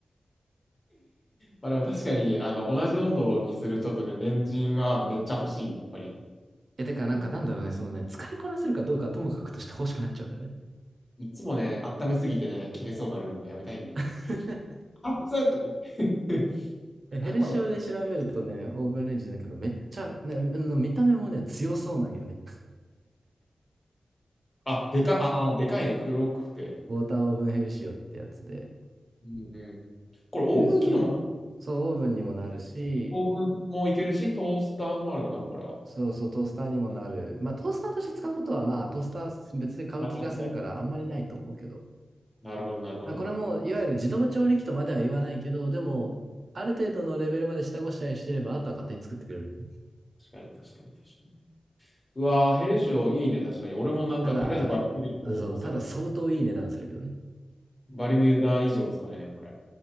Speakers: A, on the left (about 25°); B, on the right (about 55°).
A: まあでも確かに、あの、同じ温度にするちょっとね、レンチンはめっちゃ欲しい、やっぱり。
B: え、てか、
A: うん。
B: なんかなんだろうね、そのね、使いこなせるかどうかはともかくとして欲しくなっちゃうんだよね。
A: いつもね、温めすぎてね、切れそうになるのもやめたいんだよ。
B: <laughs>
A: 熱っとか言って。<laughs>
B: えヘルシオで調べるとね、
A: なんこれ。
B: オーブンレンジだけど、めっちゃ、ね、の見た目もね、強そうなんよね。
A: あ、でか、あー、でかいね、黒くて。
B: ウォーターオーブンヘルシオってやつで。
A: うん、うん。これ、オーブン機能もあるの
B: ヘルシオの、そう、オーブンにもなるし、
A: オーブンもいけるし、トースターもあるのかな、これは。
B: そうそう、トースターにもなる。まあ、トースターとして使うことは、まあ、トースター別で買う気がするから、
A: なるほど、
B: あんまりないと思うけど。だか
A: なるほど。なるほど
B: らこれも、いわゆる自動調理器とまでは言わないけど、でも、ある程度のレベルまで下ごしらえしてれば、あとは勝手に作ってくれるよね。
A: 確かに、確かに、確かに。うわー、ヘルシオいいね、確かに。俺もなんか、
B: ただ、
A: とりあえずバリミューダに行こうと思ってたから。
B: そう、ただ相当いい値段するけどね。
A: バリミューダ以上ですかね、これ。